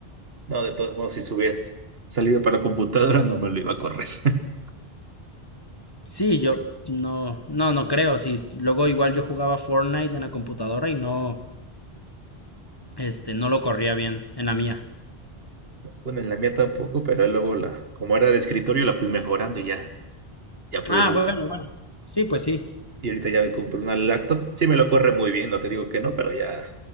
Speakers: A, on the right; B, on the left.
A: no, de todos modos, si hubieras salido para computadora, no me lo iba a correr. <laughs>
B: Sí, yo no, no, no creo. Sí, luego igual yo jugaba Fortnite en la computadora y no, este, no lo corría bien en la mía.
A: Bueno, en la mía tampoco, pero luego la, como era de escritorio, la fui mejorando y ya, ya pude
B: Ah,
A: jugar.
B: bueno, bueno. Sí, pues sí.
A: Y ahorita ya me compré una lacto. Sí me lo corre muy bien, no te digo que no, pero ya